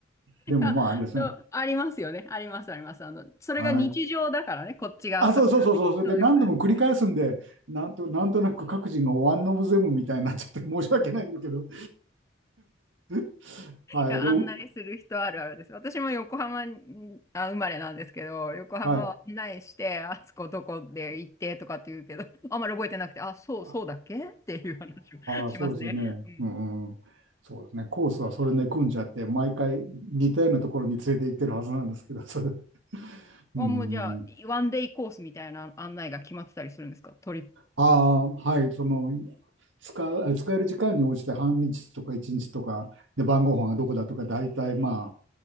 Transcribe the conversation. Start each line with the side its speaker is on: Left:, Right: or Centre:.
Right: でもまああれですね。
Left: あ、そうありますよね。あります、あります。あの、それが日常だからね、
Right: はい。
Left: こっち側としてはね。
Right: あ、そうそうそうそう。それで何度も繰り返すんで、
Left: そういうことですね。
Right: なんと、なんとなく各人がワンオブゼムみたいになっちゃって申し訳ないんだけど。<laughs> はい。
Left: いや、
Right: 料
Left: 案内する人あるあるです。私も横浜に、あ、生まれなんですけど、横浜を案内して、
Right: はい。
Left: あそこどこで行ってとかって言うけど、あんまり覚えてなくて、あ、そう、
Right: あ
Left: そうだっけっていう話をしますね。
Right: あ、そうですよね。
Left: うん。
Right: うん、うん。そうですね。コースはそれで組んじゃって、毎回似たようなところに連れて行ってるはずなんですけど、それ。うん。
Left: あ、もうじゃあ、ワンデイコースみたいな案内が決まってたりするんですかトリップ。
Right: ああ、はい。その、使う、使える時間に応じて半日とか1日とか、で、晩ご飯がどこだとか、大体まあ、